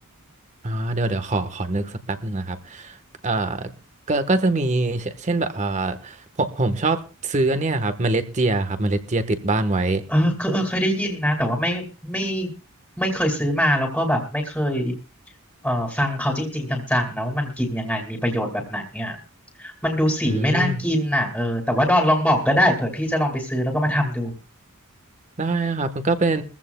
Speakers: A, on the right; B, in the centre.
A: อ่าเดี๋ยวเดี๋ยวขอขอนึกสักแป๊บหนึ่งนะครับเอ่อก็ก็จะมีเชเช่นแบบเอ่อผมผมชอบซื้อเนี่ยครับเมล็ดเจียครับเมล็ดเจียติดบ้านไว้
B: เออเคยเออเคยได้ยินนะแต่ว่าไม่ไม่ไม่เคยซื้อมาแล้วก็แบบไม่เคยเอ่อฟังเขาจริงๆจังๆนะว่ามันกินยังไงมีประโยชน์แบบไหนเนี่ยมันดูสีไม่น่ากินน่ะเออแต่ว่าดอนลองบอกก็ได้เผื่อพี่จะลองไปซื้อแล้วก็มาทำดู
A: อืม ได้ครับมันก็เป็น